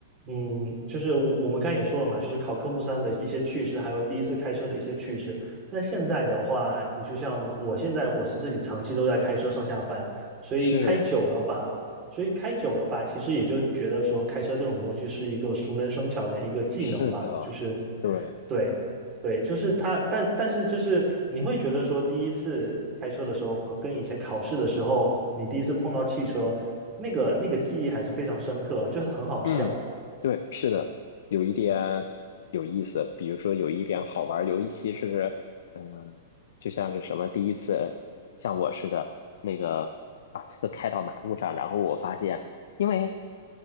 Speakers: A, on the right; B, on the left.
A: 嗯，就是我我们刚才也说了嘛，就是考科目三的一些趣事，还有第一次开车的一些趣事。那现在的话，你就像我现在，我是自己长期都在开车上下班，所以开久了吧，
B: 是
A: 所以开久了吧，其实也就觉得说，开车这种东西是一个熟能生巧的一个技能吧，
B: 是的，
A: 就是
B: 对，
A: 对。对，就是他，但但是就是你会觉得说，第一次开车的时候和跟以前考试的时候，你第一次碰到汽车，那个那个记忆还是非常深刻，就是很好笑。
B: 嗯，对，是的，有一点有意思，比如说有一点好玩儿，一期是嗯，就像是什么第一次像我似的，那个把车开到马路上，然后我发现。因为